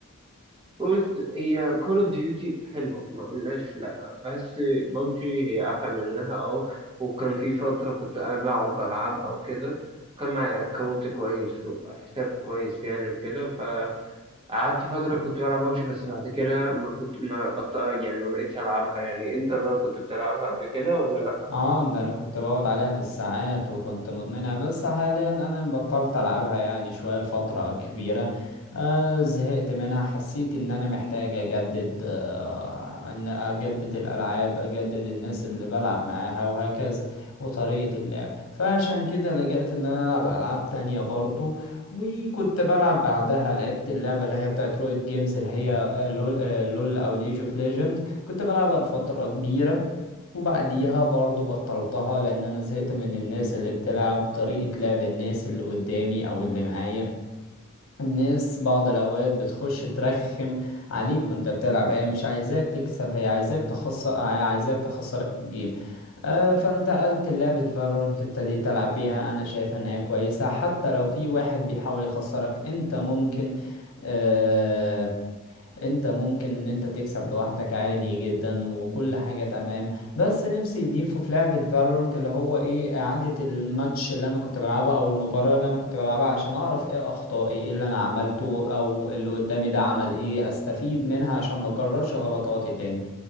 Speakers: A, on the right; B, on the left.
A: بص هي كول اوف ديوتي حلوه ما قلناش لا بس بابجي هي احلى منها اه وكان في فتره كنت انا بقعد بلعبها وكده كان معايا اكونت كويس وحساب كويس يعني وكده فقعدت فتره كنت بلعب بابجي بس بعد كده ما كنت ما بط... يعني ما بقتش العبها يعني انت بقى كنت بتلعبها قبل كده ولا لا
B: اه ده انا كنت بقعد عليها بالساعات وكنت مدمنها بس حاليا انا بطلت العبها يعني شوية لفترة كبيرة آه زهقت منها حسيت ان انا محتاج اجدد آه ان اجدد الالعاب اجدد الناس اللي بلعب معاها وهكذا وطريقة اللعب فعشان كده لجأت ان انا العب العاب تانية برضو وكنت بلعب بعدها لعبت اللعبة اللي هي بتاعت رويد جيمز اللي هي آه، لول آه، لول او ليج اوف ليجند كنت بلعبها لفترة كبيرة وبعديها برضو بطلتها لان انا زهقت من الناس اللي بتلعب طريقة لعب الناس اللي قدامي او اللي معايا الناس بعض الاوقات بتخش ترخم عليك وانت بتلعب هي مش عايزاك تكسب هي عايزاك تخسر هي عايزاك تخسرك الجيم آه فانتقلت لعبة فالورنت ابتديت العب بيها انا شايف ان هي كويسة حتى لو في واحد بيحاول يخسرك انت ممكن آه، انت ممكن ان انت تكسب لوحدك عادي جدا وكل حاجة تمام بس نفسي يضيفوا في لعبة فالورنت اللي هو ايه اعادة الماتش اللي انا كنت بلعبها او المباراة اللي انا كنت بلعبها عشان اعرف ايه اخطائي ايه اللي انا عملته او اللي قدامي ده عمل ايه استفيد منها عشان ما اكررش غلطاتي تاني